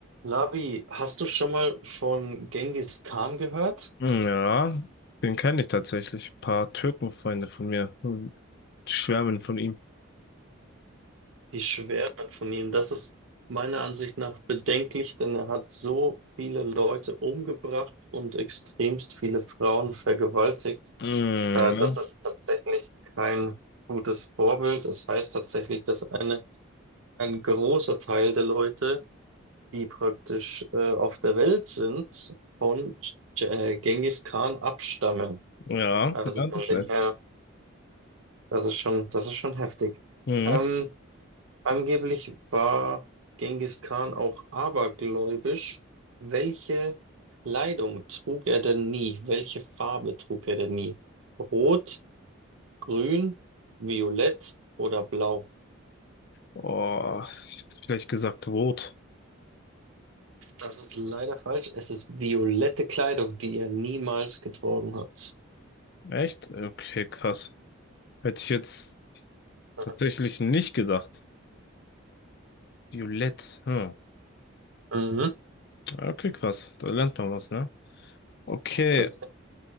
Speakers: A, on the right; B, on the left.
A: Labi, hast du schon mal von Genghis Khan gehört?
B: Hm, Ja, den kenne ich tatsächlich. Ein paar Türkenfreunde von mir hm, schwärmen von ihm.
A: Die Schwärmen von ihm. Das ist meiner Ansicht nach bedenklich, denn er hat so viele Leute umgebracht und extremst viele Frauen vergewaltigt.
B: Mhm.
A: Äh, das ist tatsächlich kein gutes Vorbild. Das heißt tatsächlich, dass ein, ein großer Teil der Leute, die praktisch äh, auf der Welt sind, von G- äh, Genghis Khan abstammen.
B: Ja, ja,
A: Also
B: ja, das
A: von dem
B: weiß
A: her
B: ich.
A: Das ist schon, das ist schon heftig.
B: Mhm.
A: Ähm, angeblich war Genghis Khan auch abergläubisch. Welche Kleidung trug er denn nie? Welche Farbe trug er denn nie? Rot, grün, violett oder blau?
B: Oh, ich hätte vielleicht gesagt rot.
A: Das ist leider falsch. Es ist violette Kleidung, die er niemals getragen hat.
B: Echt? Okay, krass. Hätte ich jetzt
A: <laughs>
B: tatsächlich nicht gedacht. Violett. Hm.
A: Mhm,
B: Okay, krass. Da lernt man was, ne? Okay.
A: tatsächlich.